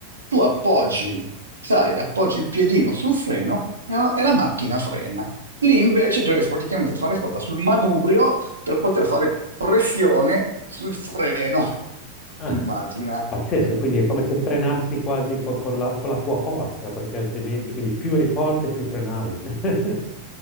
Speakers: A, on the right; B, on the left.
A: Tu appoggi, sai, appoggi il piedino sul freno e la e la macchina frena. Lì invece dovevi praticamente fare forza sul manubrio per poter fare pressione sul freno. <laughs>
B: Ah,
A: Immagina.
B: pazzesco, quindi è come se frenassi quasi co- con la, con la tua forza, perché altrimenti, quindi più eri forte, più frenavi. <laughs>